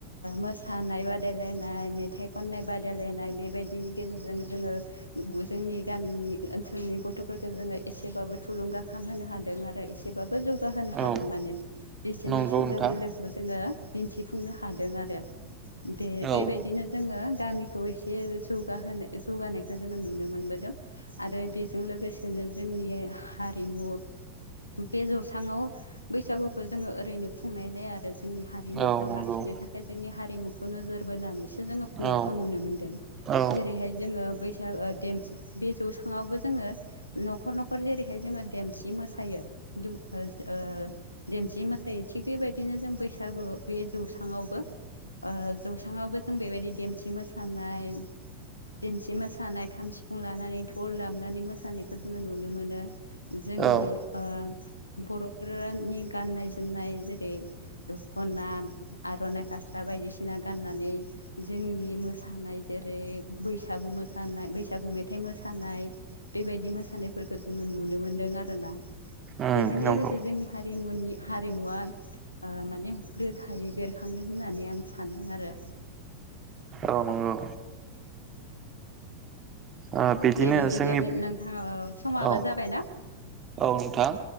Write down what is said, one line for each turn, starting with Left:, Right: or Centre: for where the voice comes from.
Left: मोस सानाय बादायलायनाय मेथाइ खननाय बादायलायनाय बेबायदिनि गेजेरजों जोङो <unintelligible> जोंनि गामिनि ओनसोलनि गथ'फोरखौ जोङो एसेबाबो थुलुंगाखां होनोनो हादों आरो एसेबाबो बो जौगाहोनो
Right: औ
Left: हादों माने बिसोरनि
Right: नंगौ
Left: सोलो
Right: नोंथां
Left: बोलोखौ जोङो दिन्थिफुंनो हादों आरो बे बेबायदिनो
Right: औ
Left: जोङो गामिखौ एसे जौगाहोनो जौगानायखौ जोङो नुनो मोनबोदों। आरो बेजों लोगोसेनो जोंनि हारिमु बे जौसाङाव बैसागुखौ जोङो ओरैनो खुंनाय जाया आरो जोंनि हारिमुखौ
Right: औ नंगौ
Left: लाखिनो थाखाय जोंनि हारिमुखौ नोजोर बोनानै जोङो खुंनायखौ
Right: औ
Left: नुनो मोनदों।
Right: औ
Left: जेरैहाय जोङो बै ओ देमसि बे जौसाङावबो जोङो न'खर-न'खर जेरैहाय जोङो देमसि मोसायो दु ओ ओ देमसि मोसायो थिग बेबायदिनो जों बैसागु बे जौस्रांआवबो ओ जौस्राङावबो जों बेबायदि देमसि मोसानाय देमसि मोसानाय खाम सि फुं लानानै धल दामनानै मोसानायखौ जोङो नुनो मोनो। जोंनि
Right: औ
Left: ओ बर'फोरनि गाननाय जोमनाय जेरै दख'ना आर'नाइ फास बायदिसिना गाननानै जोंनि मोसानाय जेरै बैसागु मोसानाय बैसागु मेथ थाइ मोसानाय बेबायदि मोसानायफोरखौ जोङो नुनो मोन्दों आरोना
Right: उम
Left: बेजों
Right: नंगौ
Left: लोगोसे जोंनि हारिमुनि हारिमुवा ओ माने रोखायै बेरखां होननानै आं सान्दों आरो।
Right: औ नंगौ। ओ बिदिनो
Left: दे बिदिब्ला
Right: जोंनि
Left: नोंथाङा ओ समाबो
Right: औ
Left: जाबायना।
Right: औ नोंथां